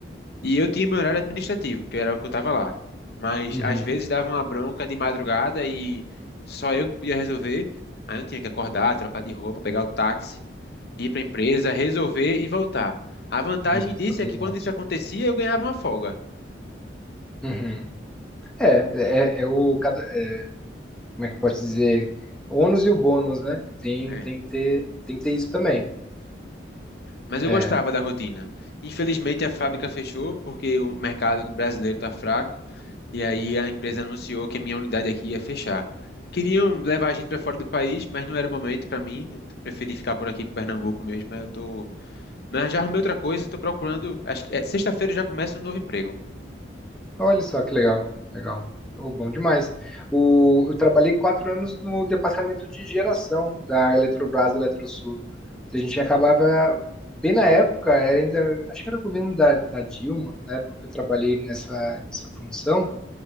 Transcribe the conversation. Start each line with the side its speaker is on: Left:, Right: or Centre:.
Left: E eu tinha meu horário administrativo, que era o que eu tava lá. Mas
Centre: Uhum.
Left: às vezes dava uma bronca de madrugada e só eu que podia resolver. Aí eu tinha que acordar, trocar de roupa, pegar o táxi, ir para a empresa, resolver e voltar. A vantagem
Centre: Responsabilidade.
Left: disso é que quando isso acontecia, eu ganhava uma folga.
Centre: Uhum. É, é, é é o, cada- é, como é que pode dizer? O ônus e o bônus, né? Tem,
Left: É.
Centre: tem que ter, tem que ter isso também.
Left: Mas eu
Centre: É.
Left: gostava da rotina. Infelizmente, a fábrica fechou porque o mercado brasileiro está fraco. E aí a empresa anunciou que a minha unidade aqui ia fechar. Queriam levar a gente para fora do país, mas não era o momento para mim. Eu preferi ficar por aqui, por Pernambuco mesmo. Mas eu tô, mas já arrumei outra coisa. Estou procurando. Acho que é, sexta-feira eu já começa um novo emprego.
Centre: Olha só que legal, legal. Oh, bom demais. O, eu trabalhei quatro anos no departamento de geração da Eletrobras Eletrosul. A gente acabava, bem na época, era ainda, acho que era o governo da, da Dilma, na época que eu trabalhei nessa, nessa função,